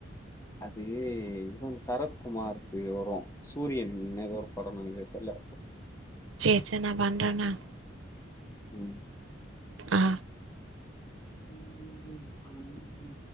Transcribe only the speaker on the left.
அது இன்னொன் சரத்குமார்க்கு வரு சூரியன் ஏதோ ஒரு படொ நெனைக்கிற தெர்ல
ம்
ம் ம் ம் ம்.